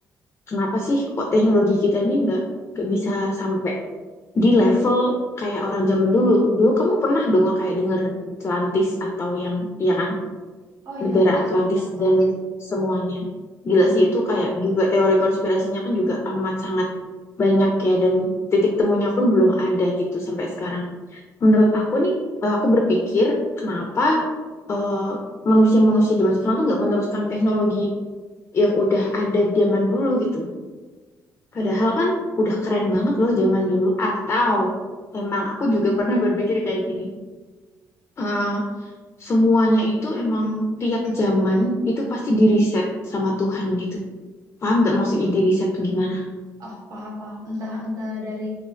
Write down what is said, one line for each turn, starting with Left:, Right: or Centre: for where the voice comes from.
Left: kenapa sih kok teknologi kita ini nggak nggak bisa sampai di level kayak orang zaman dulu. Dulu kamu pernah dong kayak denger Atlantis atau yang, iya kan,
Right: Oh iya,
Left: negara
Right: itu
Left: Atlantis
Right: udah banget
Left: dan
Right: sih.
Left: semuanya. Gila
Right: Mm-mm.
Left: sih itu kayak juga teori konspirasinya kan juga amat sangat banyak ya dan titik temunya pun belum ada gitu sampai sekarang menurut aku nih eh, aku berpikir kenapa eh, manusia-manusia zaman sekarang tuh nggak meneruskan teknologi yang udah ada zaman dulu gitu. Padahal
Right: Nah,
Left: kan udah keren banget loh zaman dulu. Atau emang aku juga <laughs> pernah berpikir kayak gini. eh, semuanya itu emang tiap zaman itu pasti diriset sama Tuhan gitu. Paham nggak maksudnya diriset tuh gimana?
Right: oh paham paham. Entah entah dari